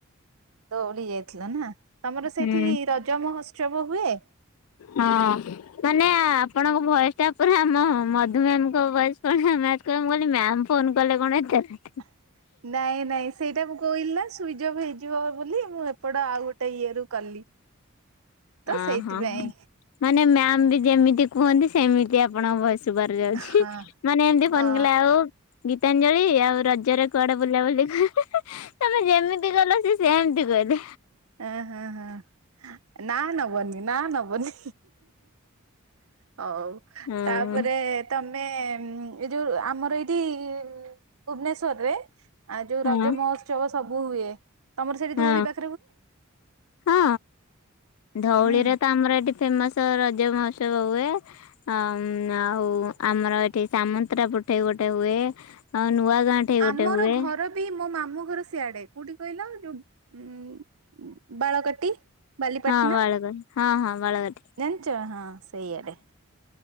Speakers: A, on the right (about 85°); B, on the left (about 80°).
A: ଦୋଉଡ଼ି ଯାଇଥିଲା ନା। ତମର ସେଇଠି
B: ହୁଁ
A: ରଜ ମହୋତ୍ସବ ହୁଏ?
B: ହଁ। ମାନେ ଆପଣଙ୍କ ଭଏସ୍ଟା ପୁରା ଆମ ମଧୁ ମାମ୍ଙ୍କ ଭଏସ୍ ଭଳିଆ ମ୍ୟାଚ୍ କ ମୁ କହିଲି ମ୍ୟାମ ଫୋନ କଲେ କଣ ଏତେବେଳେ।
A: <inaudible> ନାଇଁ ନାଇଁ ସେଇଟା ମୁଁ କହିଲି ନା ସୁଇଜ ଅଫ୍ ହେଇଯିବ ବୋଲି। ମୁଁ ଏପଟ ଆଉ ଗୋଟେ ଇଏରୁ କଲି। ତ
B: ଅ
A: ସେଇଥିପାଇଁ
B: ହଁ। ମାନେ ମ୍ୟାମ ବି ଯେମିତି କୁହନ୍ତି ସେମିତି ଆପଣଙ୍କ ଭୟସ୍। ସୁଭାର ଯାଉଛି।
A: ହଁ
B: ମାନେ ଏମିତି ଫୋନ
A: ଅ
B: କଲେ ଆଉ ଗୀତାଞ୍ଜଳି ଆଉ ରଜରେ କୁଆଡେ ବୁଲା ବୁଲି କର। ତମେ ଯେମିତି କହିଲ ସିଏ ସେମିତି କହିବେ।
A: ଅ ହ ହ। ନା ନବନି ନା ନବନି ହଉ।
B: ହଁ
A: ତାପରେ ତମେ ଏଇ ଯୋଉ ଆମର ଏଇଠି ଭୁବନେଶ୍ଵରରେ ଆଉ ଯୋଉ ରଜ
B: ହଁ
A: ମହୋତ୍ସବ ସବୁ ହୁଏ। ତମର ସେଠି
B: ହଁ
A: ଧଉଳି ପାଖ
B: ହଁ ଧଉଳିରେ
A: ହୁଁ।
B: ତ ଆମର ଏଠି ଫେମସ ରଜ ମହୋତ୍ସବ ହୁଏ। ଅ ଆଉ ଆମର ଏଠି ସାମନ୍ତରା ପଟେ ଗୋଟେ ହୁଏ। ଆଉ ନୂଆ ଗାଁ ଠେଇ ଗୋଟେ
A: ଆମର
B: ହୁଏ
A: ଘର ବି ମୋ ମାମୁଁ ଘର ସିଆଡ। କୋଉଠି କହିଲ? ଯୋଉ ଉଁ ଉଁ ବାଳକାଟି ବାଲିପାଟଣା
B: ହଁ ବାଳକା ହଁ ହଁ ବାଳକାଟି।
A: ଜାଣିଛ ହଁ ସେଇଆଡ଼େ।